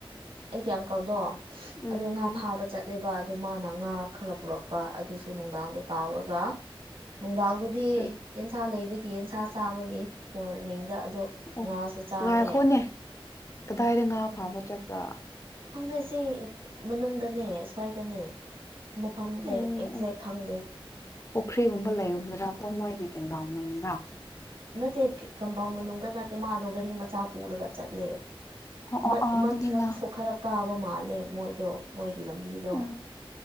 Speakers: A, on the right; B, on the left.
A: ꯑꯩꯒꯤ ꯑꯪꯀꯜꯗꯣ
B: ꯎꯝ
A: ꯑꯗꯣ ꯉꯥ ꯐꯥꯕꯅꯤ꯫ ꯆꯠꯂꯦꯕ ꯑꯗꯨ ꯃꯥꯅ ꯉꯥ ꯈꯔ ꯄꯨꯔꯛꯄ ꯑꯗꯨꯁꯨ ꯅꯨꯡꯗꯥꯡꯗꯣ ꯇꯥꯎꯔꯒ ꯅꯨꯡꯗꯥꯡꯗꯨꯗꯤ
B: ꯑꯣ
A: ꯑꯦꯟꯁꯥ ꯂꯩꯕꯒꯤ ꯑꯦꯟꯁꯥ ꯆꯥꯕꯒꯤ ꯃꯣꯔꯅꯤꯡꯗ ꯑꯗꯣ
B: ꯑꯣ
A: ꯉꯥꯁꯨ ꯆꯥꯔꯦ
B: ꯉꯥꯏꯈꯣꯠꯅꯦ ꯀꯗꯥꯏꯗ ꯉꯥ ꯐꯥꯕ ꯆꯠꯄ꯭ꯔꯥ?
A: ꯈꯪꯗꯦꯁꯦ ꯃꯅꯨꯡꯗꯅꯦ ꯁ꯭ꯋꯥꯏꯗꯅꯦ꯫ ꯃꯐꯝꯗꯦ
B: ꯑꯣ
A: ꯑꯦꯛꯖꯦꯛ
B: ꯑꯣ
A: ꯈꯪꯗꯦ꯫
B: ꯄꯨꯈ꯭ꯔꯤꯒꯨꯝꯕ ꯂꯩꯔꯕ꯭ꯔ ꯃꯣꯏꯒꯤ ꯀꯦꯟꯗꯥꯎ ꯃꯅꯨꯡꯗ꯫
A: ꯅꯠꯇꯦ ꯀꯝꯄꯥꯎꯟ ꯃꯅꯨꯡꯗ ꯅꯠꯇꯦ ꯃꯥꯗꯣ ꯒꯥꯔꯤ ꯃꯆꯥ ꯄꯨꯔꯒ ꯆꯠꯂꯦ꯫
B: ꯑꯣ
A: ꯃꯠ
B: ꯑꯣ ꯑꯣ
A: ꯃꯊꯛꯁꯨ
B: ꯑꯗꯨꯗꯤ ꯉꯥ
A: ꯈꯔ ꯀꯥꯕ ꯃꯥꯜꯂꯦ ꯃꯣꯏꯗꯣ ꯃꯣꯏꯒꯤ ꯂꯝꯕꯤꯗꯣ꯫
B: ꯑꯣ